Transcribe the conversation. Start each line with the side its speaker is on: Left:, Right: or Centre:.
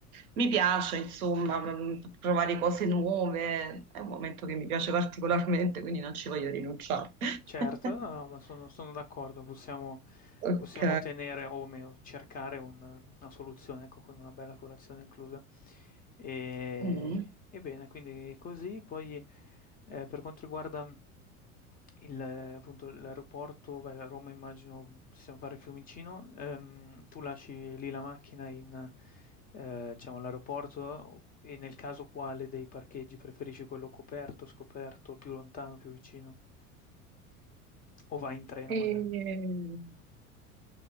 Right: mi piace, insomma, mm, provare cose nuove, è un momento che mi piace particolarmente, quindi non ci voglio rinunciare.
Left: Certo,
Right: <laughs>
Left: no, no, ma sono, sono d'accordo, possiamo,
Right: Ok.
Left: possiamo tenere o meno cercare un- una soluzione, ecco, con una bella colazione inclusa. E,
Right: Mm.
Left: e bene, quindi così, poi eh, per quanto riguarda il, eh, appunto, l'aeroporto, beh, a Roma immagino possiamo fare Fiumicino, ehm, tu lasci lì la macchina in, eh, diciamo, all'aeroporto e nel caso quale dei parcheggi preferisci quello coperto, scoperto, più lontano, più vicino? O vai in treno
Right: Ehm,
Left: magari.